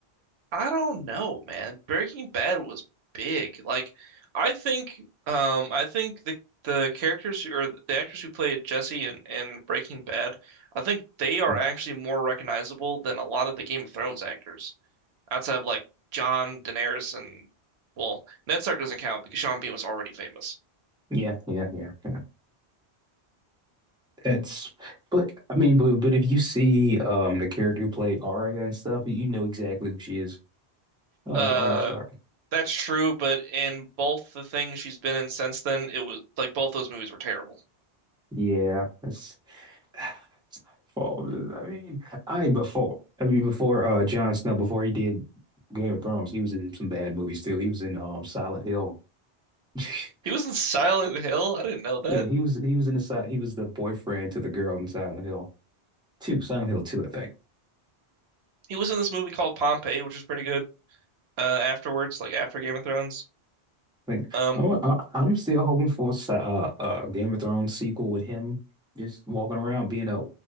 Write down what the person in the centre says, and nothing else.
<laughs>
Yeah, yeah, yeah. yeah. It's, but I mean, but, but if you see um the character who played Arya and stuff, you know exactly who she is. Oh,
it's Arya Stark.
Yeah, that's <sighs> it's not her fault. I mean, I before I mean before uh Jon Snow before he did Game of Thrones, he was in some bad movies too. He was in um Silent Hill. <laughs>
Yeah, he was he was in the side. He was the boyfriend to the girl in Silent Hill 2, Silent Hill 2, I think.
Like
I'm, I- I'm still hoping for a, si- uh, a Game of Thrones sequel with him just walking around being a